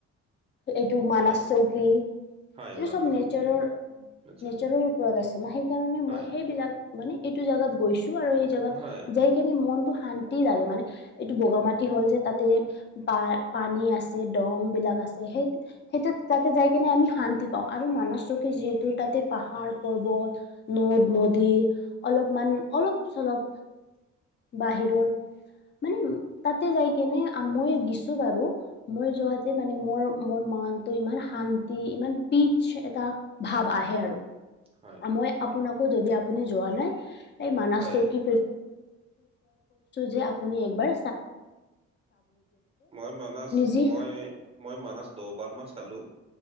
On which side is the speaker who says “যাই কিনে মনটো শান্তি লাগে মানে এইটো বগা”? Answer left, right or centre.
Left